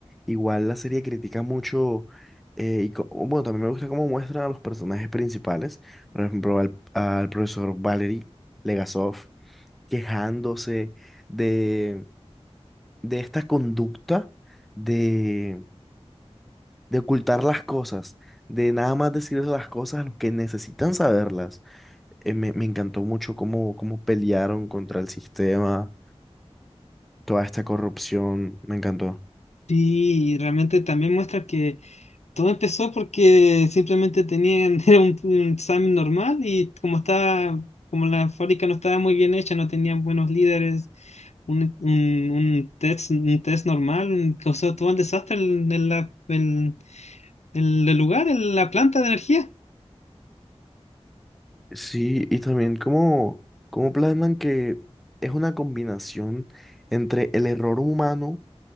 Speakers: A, in the centre; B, on the left.
A: igual la serie critica mucho, eh, y co- bueno, también me gusta cómo muestran a los personajes principales, por ejemplo, al, al profesor Valery Legasov quejándose de, de esta conducta de, de ocultar las cosas, de nada más decirles las cosas a los que necesitan saberlas. Eh, me, me encantó mucho cómo, cómo pelearon contra el sistema, toda esta corrupción, me encantó.
B: y realmente también muestra que Todo empezó porque simplemente tenían <laughs> era un, un examen normal y como estaba, como la fábrica no estaba muy bien hecha, no tenían buenos líderes, un, un, un test, un test normal, causó todo un desastre en, en la, en, en el lugar, en la planta de energía.
A: Sí, y también cómo, cómo plasman que es una combinación entre el error humano,